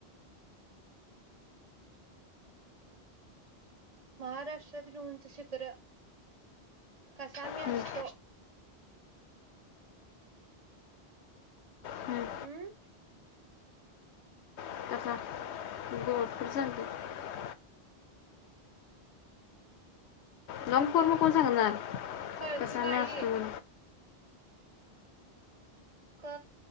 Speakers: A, on the right; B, on the left.
A: महाराष्ट्रातील उंच शिखर कसा मी असतो.
B: हं, हं.
A: हम्म.
B: <unintelligible> <unintelligible> कोण सांगणार.
A: कळसुबाई
B: कसा म असतोय.
A: क